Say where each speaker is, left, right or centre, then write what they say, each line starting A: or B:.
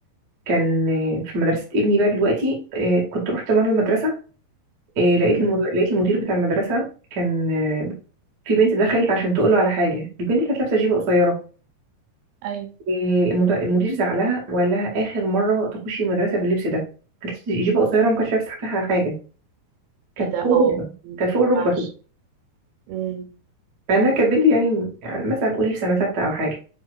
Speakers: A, on the right; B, on the right.
A: كان آه، في مدرسه ابني بقى دلوقتي آه، كنت رحت مره المدرسه آه، لقيت
B: امم
A: المدير لقيت المدير بتاع المدرسه كان آه، في بنت دخلت عشان تقول له على حاجه البنت كانت لابسه جيبه قصيره
B: أيوه
A: إيه، المد- المدير زعلها وقال لها اخر مره تخشي المدرسه باللبس ده كانت جيبه قصيره وما كانتش لابسه تحتها حاجه كانت
B: كده
A: فوق
B: أه
A: الركبه
B: ما
A: كانت فوق
B: ينفعش
A: الركبه كده
B: امم
A: مع انها كانت بنت يعني يعني مثلا قولي في سنه سته او حاجه